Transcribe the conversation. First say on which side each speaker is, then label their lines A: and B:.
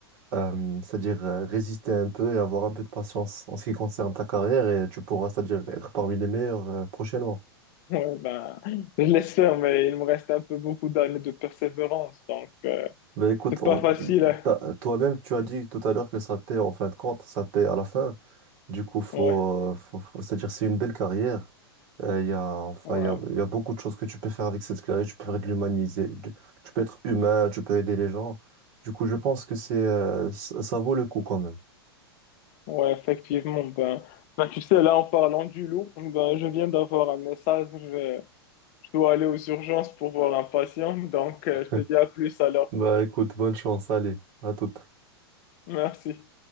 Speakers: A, on the right; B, on the left.
A: Euh, c'est-à-dire euh, résister un peu et avoir un peu de patience en ce qui concerne ta carrière et tu pourras, c'est-à-dire être parmi les meilleurs euh, prochainement.
B: <laughs> ouais, ben, je l'espère, mais il me reste un peu beaucoup d'années de persévérance. Donc, euh,
A: Ben écoute,
B: c'est
A: on-
B: pas facile. hein.
A: t'as- toi-même, tu as dit tout à l'heure que ça paie en fin de compte, ça paie à la fin. Du coup, faut,
B: Ouais,
A: euh, faut, faut- c'est-à-dire c'est une belle carrière. Euh, Il y a, enfin,
B: ouais.
A: il y a, il y a beaucoup de choses que tu peux faire avec cette carrière. Tu peux faire de l'humaniser, du- tu peux être humain, tu peux aider les gens. Du coup, je pense que c'est, euh, ça ça vaut le coup quand même.
B: Ouais, effectivement. Ben, ben, tu sais, là, en parlant du loup, ben, je viens d'avoir un message. Je, je dois aller aux urgences pour voir un patient. Donc, euh,
A: <laughs>
B: je te dis à plus alors.
A: Bah écoute, bonne chance, allez, à toute.
B: Merci.